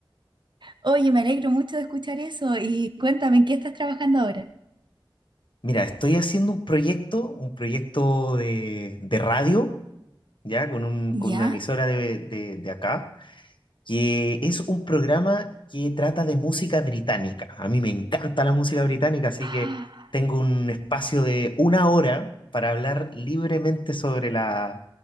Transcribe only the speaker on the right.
Oye, me alegro mucho de escuchar eso y cuéntame, ¿en qué estás trabajando ahora?
¿Ya?
Ah,